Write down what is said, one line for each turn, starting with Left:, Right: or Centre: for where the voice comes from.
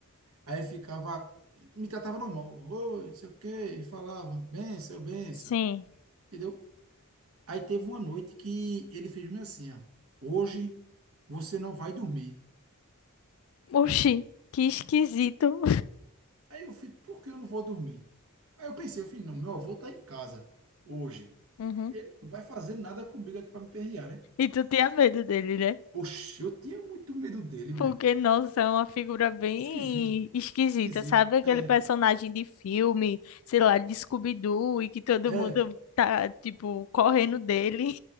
Right: Aí ficava, me tratava normal, oi, não sei o quê, e falava, benção, benção,
Left: Sim.
Right: entendeu? Aí teve uma noite que ele fez-me assim, ó, hoje você não vai dormir comigo.
Left: Oxi, que esquisito.
Right: Aí eu fui, por que eu não vou dormir? Aí eu pensei, eu falei, não, meu avô tá em casa hoje,
Left: Uhum.
Right: ele
Left: <laughs>
Right: não vai fazer nada comigo aqui para me perrear, né?
Left: E tu tinha medo dele, né?
Right: Oxe, eu tinha muito medo dele, minha.
Left: Porque, nossa, é uma figura bem
Right: Esquisito,
Left: esquisita,
Right: esquisito,
Left: sabe? Aquele
Right: é,
Left: personagem de filme, sei lá, de Scooby-Doo, e que todo
Right: é.
Left: mundo tá, tipo, correndo dele.